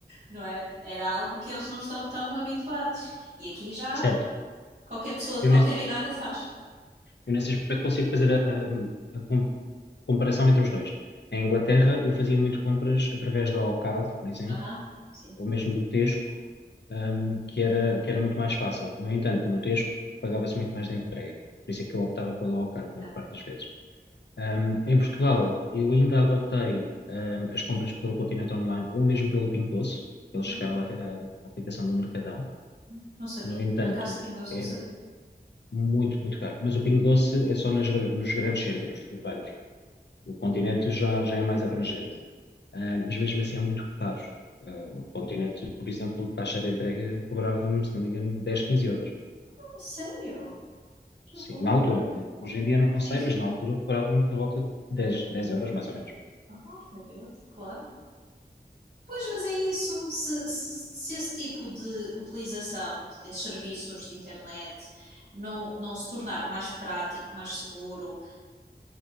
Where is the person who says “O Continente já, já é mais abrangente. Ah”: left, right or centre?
Left